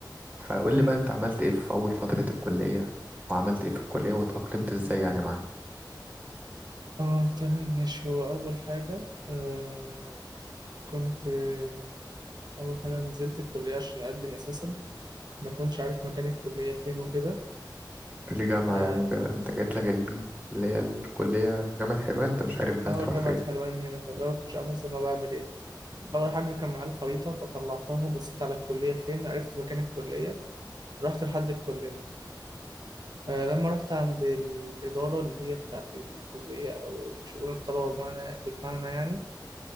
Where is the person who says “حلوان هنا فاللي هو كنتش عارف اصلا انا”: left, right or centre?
Right